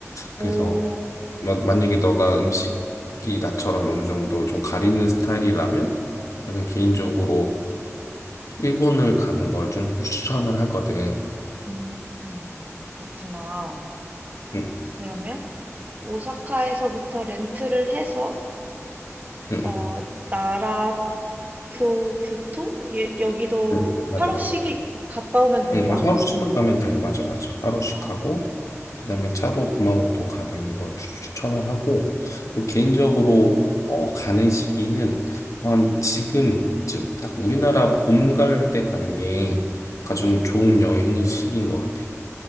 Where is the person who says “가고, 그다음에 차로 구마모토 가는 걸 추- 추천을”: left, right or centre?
Left